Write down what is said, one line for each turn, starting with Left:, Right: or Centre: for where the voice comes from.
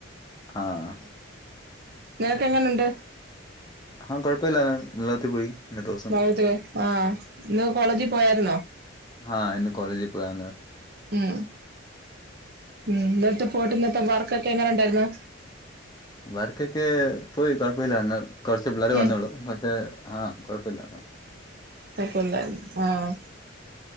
Left: ആഹ്
Right: നിങ്ങക്കെങ്ങനുണ്ട്?
Left: ആ കൊഴപ്പല്ലാതെ <unintelligible> പോയി ഇന്നത്തെ
Right: <unintelligible>
Left: ദിവസം
Right: ആ ഇന്ന് കോളേജി പോയാര്ന്നോ
Left: ആ ഇന്ന് കോളേജി പോയാര്ന്ന്.
Right: ഉം ഉം ന്നട്ട് പോയിട്ട് ഇന്നത്തെ വർക്കൊക്കെ എങ്ങനെണ്ടായിര്ന്ന്?
Left: വർകൊക്കെ പോയി കൊഴപ്പല്ല ഇന്ന് കൊറച്ച് പിള്ളേരെ
Right: ഉം
Left: വന്നൊള്ളൂ പക്ഷേ ആ കൊഴപ്പല്ല
Right: കൊഴപ്പല്ലാര്ന്ന് ആഹ്